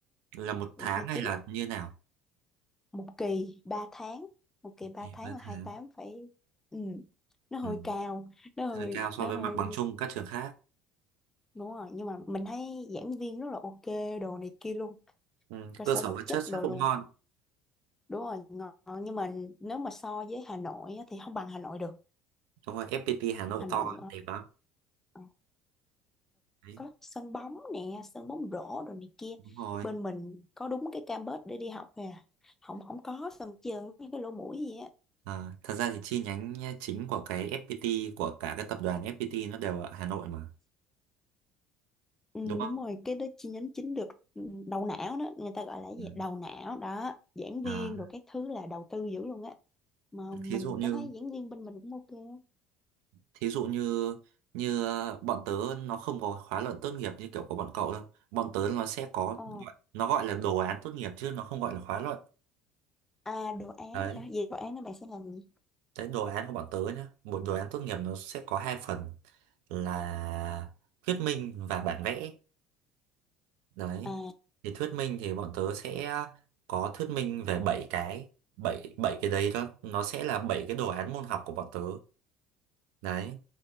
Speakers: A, on the right (about 70°); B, on the left (about 15°).
A: là một
B: gần
A: tháng
B: hai mươi
A: hay
B: chín
A: là như nào
B: một kỳ 3 tháng một kỳ
A: Ừ,
B: 3 tháng
A: ba
B: là 28
A: tháng
B: phải ừ. nó hơi
A: ừ.
B: cao nó
A: hơi
B: hơi
A: cao so
B: nó
A: với
B: hơi
A: mặt bằng chung các trường khác
B: đúng rồi nhưng mà mình thấy giảng viên rất là ok đồ này kia luôn
A: ừ.
B: cơ
A: cơ
B: sở
A: sở
B: vật
A: vật
B: chất
A: chất chắc
B: đồ
A: cũng
B: luôn
A: ngon
B: đúng rồi ngon nhưng mà nếu mà so với Hà Nội á, thì không bằng Hà Nội được
A: đúng rồi FPT Hà Nội
B: Hà Nội
A: to đẹp lắm
B: ờ,
A: đấy
B: có sân bóng nè sân bóng rổ rồi này kia
A: đúng rồi
B: bên mình có đúng cái campus để đi học nè không không có sân trường như cái lỗ mũi gì á
A: À, thật ra thì chi nhánh chính của cái FPT của cả cái tập đoàn FPT nó đều ở Hà Nội mà
B: ừ,
A: đúng không?
B: đúng rồi cái đó chi nhánh chính được ừ, đầu não đó người ta gọi là cái
A: Ừ.
B: gì đầu não đó giảng viên
A: À,
B: rồi các thứ là đầu tư dữ luôn á mà mình
A: thí dụ như
B: cảm thấy giảng viên bên mình cũng ok á.
A: thí dụ như như bọn tớ nó không có khóa luận tốt nghiệp như kiểu của bọn cậu đâu bọn tớ nó sẽ có
B: ờ
A: nó gọi là đồ án tốt nghiệp chứ nó không gọi là khóa luận
B: à đồ án
A: đấy
B: hả về đồ án đó bạn sẽ làm gì
A: cái đồ án của bọn tớ nhá một đồ án tốt nghiệp nó sẽ có hai phần là thuyết minh và bản vẽ Đấy.
B: à
A: Thì thuyết minh thì bọn tớ sẽ có thuyết minh về 7 cái, 7 7 cái đấy đó, nó sẽ là 7 cái đồ án môn học của bọn tớ. Đấy.